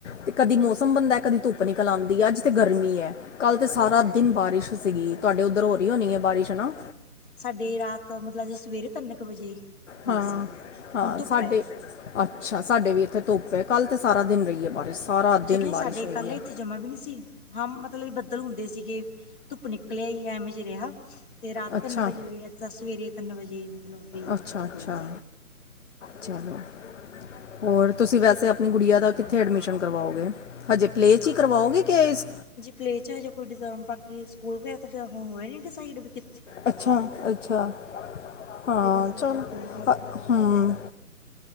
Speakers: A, on the left (about 55°); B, on the left (about 35°).
A: ਤੇ ਕਦੀ ਮੌਸਮ ਬੰਦਾ ਕਦੀ ਧੁੱਪ ਨਿਕਲ ਆਉਂਦੀ ਹੈ ਅੱਜ ਤੇ ਗਰਮੀ ਐ। ਕੱਲ੍ਹ ਤੇ ਸਾਰਾ
B: ਅੱਛਾ
A: ਦਿਨ ਬਾਰਿਸ਼ ਸੀਗੀ ਤੁਹਾਡੇ ਉੱਧਰ ਹੋ ਰਹੀ ਹੋਣੀ ਹੈ ਬਾਰਿਸ਼ ਹਨਾ।
B: ਸਾਡੇ ਰਾਤ ਮਤਲਬ ਅੱਜ ਸਵੇਰੇ ਤਿੰਨ ਕੁ ਵਜੇ ਹੋਈ
A: ਹਾਂ,
B: ਸੀ
A: ਹਾਂ
B: ਹੁਣ ਧੁੱਪ
A: ਸਾਡੇ-
B: ਹੈ
A: ਅੱਛਾ ਸਾਡੇ ਵੀ ਇੱਥੇ ਧੁੱਪ ਹੈ ਕੱਲ੍ਹ ਤਾਂ ਸਾਰਾ ਦਿਨ ਰਹੀ ਏ ਬਾਰਿਸ਼। ਸਾਰਾ
B: ਅੱਛਾ
A: ਦਿਨ
B: ਨਹੀਂ
A: ਬਾਰਿਸ਼
B: ਸਾਡੇ
A: ਰਹੀ
B: ਕੱਲ
A: ਹੈ
B: ਇੱਥੇ ਜਮਾ ਵੀ ਨਹੀਂ ਸੀ, ਹਾਂ ਮਤਲਬ ਬੱਦਲ ਹੁੰਦੇ ਸੀਗੇ। ਧੁੱਪ ਨਿਕਲ ਆਈ ਐਮੇ ਜੇ ਰਿਹਾ। ਤੇ ਰਾਤ
A: ਅੱਛਾ
B: ਤਿੰਨ ਵਜੇ ਹੋਈ ਦੇ ਸਵੇਰੇ ਤਿੰਨ ਵੱਜੇ ਮਤਲਬ ਵੀ
A: ਅੱਛਾ ਅੱਛਾ
B: ਹੋਈ ਸੀ।
A: ਚਲੋ, ਹੋਰ ਤੁਸੀਂ ਵੈਸੇ ਆਪਣੀ ਗੁੜੀਆ ਦਾ ਕਿੱਥੇ ਐਡਮਿਸ਼ਨ ਕਰਵਾਓਗੇ? ਹਜੇ ਪਲੇ 'ਚ ਹੀ ਕਰਵਾਓਗੇ ਕਿ ਇਸ
B: ਪਲੇ 'ਚ ਹਜੇ ਕੋਈ ਡੀਜ਼ਇਮ ਬਾਕੀ ਸਕੂਲ ਵਗੈਰਾ ਤਾਂ ਹੁਣ ਹੋਇਆ ਨੀ ਡਿਸਾਈਡ ਵੀ ਕਿ
A: ਅੱਛਾ ਅੱਛਾ, ਹਾਂ
B: ਵੀ ਬਸ
A: ਚਲੋ
B: ਹਜੇ ਪਲੇਅ ਵੀ
A: ਹੂੰ।